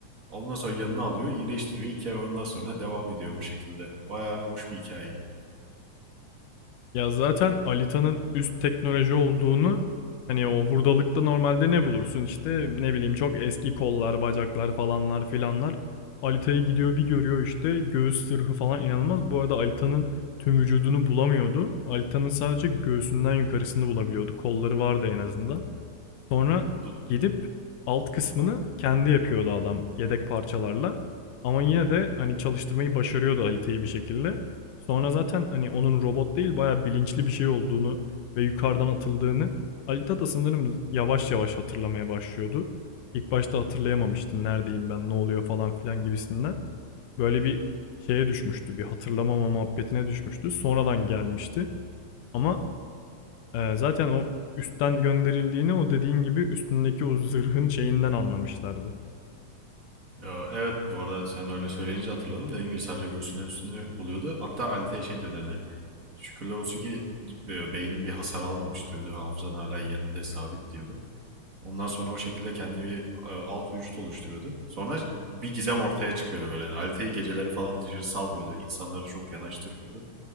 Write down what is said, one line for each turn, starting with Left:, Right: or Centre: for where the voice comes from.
Right: Ondan sonra yanına alıyor, iyileştiriyor. Hikaye ondan sonra devam ediyor bu şekilde. Baya hoş bir hikayeydi.
Left: Ya zaten Alita'nın üst teknoloji olduğunu hani o hurdalıkta normalde ne bulursun işte ne bileyim çok eski kollar, bacaklar falanlar filanlar. Alita'yı gidiyor bir görüyor işte göğüs sırhı falan inanılmaz. Bu arada Alita'nın tüm vücudunu bulamıyordu. Alita'nın sadece göğsünden yukarısını bulabiliyordu. Kolları vardı en azından. Sonra
Right: Bu-
Left: gidip alt kısmını kendi yapıyordu adam yedek parçalarla. Ama yine de hani çalıştırmayı başarıyordu Alita'yı bir şekilde. Sonra zaten hani onun robot değil bayağı bilinçli bir şey olduğunu ve yukarıdan atıldığını Alita da sanırım yavaş yavaş hatırlamaya başlıyordu. İlk başta hatırlayamamıştı neredeyim ben ne oluyor falan filan gibisinden. Böyle bir şeye düşmüştü bir hatırlamama muhabbetine düşmüştü. Sonradan gelmişti. Ama Eee, zaten o üstten gönderildiğini o dediğin gibi üstündeki o zırhın şeyinden anlamışlardı.
Right: Ya, Evet bu arada sen öyle söyleyince hatırladım. Dediğim gibi sadece göğsünün üstünü buluyordu. Hatta Alite'ye şey diyordu hani şükürler olsun ki e, beynin bir hasar almamış diyordu. Hafızan hala yerinde sabit diyordu. Ondan sonra o şekilde kendi bir e, alt vücut oluşturuyordu. Sonra bir gizem ortaya çıkıyordu böyle. Yani Alite'yi geceleri falan dışarı salmıyordu. İnsanları çok yanaştırmıyordu.